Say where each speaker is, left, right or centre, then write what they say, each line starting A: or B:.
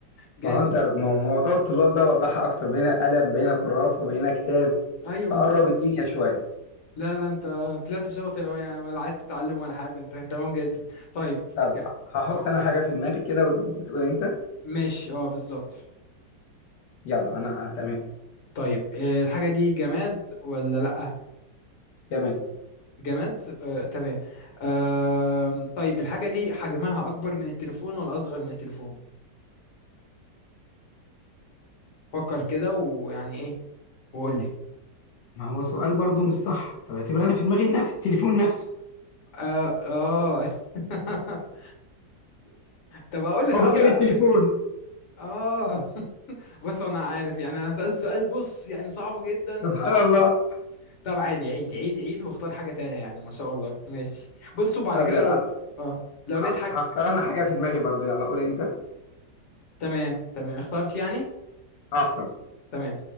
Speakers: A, on the left; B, on the left.
A: جامد
B: ما هو انت ما هو موضوع الطلاب ده وضحها اكتر بين قلم بين كراسه بين كتاب
A: ايوه
B: فقرب
A: بالظبط
B: الدنيا شويه
A: لا لا انت طلعت شاطر أوي يعني ولا عايز تتعلم ولا حاجة انت تمام جدا طيب
B: طب
A: ك-
B: هحط
A: ف-
B: انا حاجه في دماغي كده وت- وتقول انت
A: ماشي اه بالظبط
B: يلا انا ه- تمام
A: طيب آه، الحاجة دي جماد ولا لأ؟
B: تمام
A: جماد آه، تمام آم، طيب الحاجة دي حجمها أكبر من التليفون ولا أصغر من التليفون؟ فكر كده ويعني إيه وقول لي
B: ما هو سؤال برضو مش صح طب اعتبر انا في دماغي نفس التليفون نفسه
A: آه آه <laughs> طب أقول لك
B: هو
A: آه
B: كان
A: ك-
B: التليفون
A: آه <laughs> بص أنا عارف يعني أنا سألت سؤال بص يعني صعب جدا إن
B: سبحان
A: هو
B: الله
A: طب عادي عيد عيد عيد واختار حاجة تانية يعني ما شاء الله ماشي بص وبعد
B: طب
A: كده
B: يلا
A: لو آه لو
B: هخ-
A: لقيت حاجة
B: هختار انا حاجة في دماغي برضو يلا قول انت
A: تمام تمام اخترت يعني
B: هختار
A: تمام